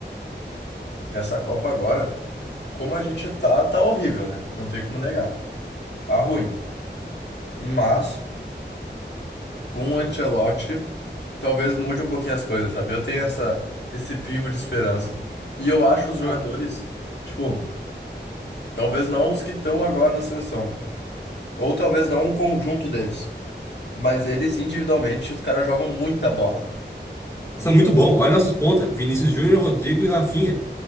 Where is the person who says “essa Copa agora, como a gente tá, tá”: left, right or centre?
Left